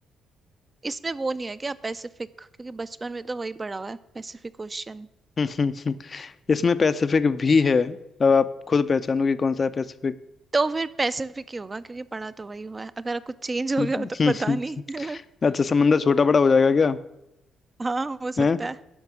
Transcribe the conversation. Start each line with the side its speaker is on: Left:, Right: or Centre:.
Right: इसमें वो नहीं है क्या पैसिफिक क्योंकि बचपन में तो वही पढ़ा हुआ है पैसिफिक ओशियन
Left: <laughs> इसमें पैसिफिक भी है अब आप खुद पहचानो कि कौन सा है पैसिफिक
Right: तो फिर पैसिफिक ही होगा क्योंकि पढ़ा तो वही हुआ है अगर कुछ चेंज हो
Left: <laughs>
Right: गया हो तो पता नहीं
Left: अच्छा समंदर छोटा बड़ा हो जाएगा क्या
Right: <laughs> हाँ हो सकता
Left: है
Right: है